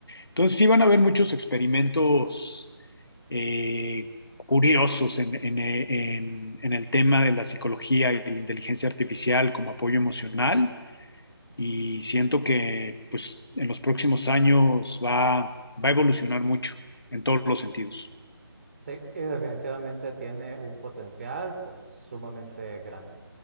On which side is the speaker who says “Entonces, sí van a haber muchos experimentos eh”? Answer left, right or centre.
Left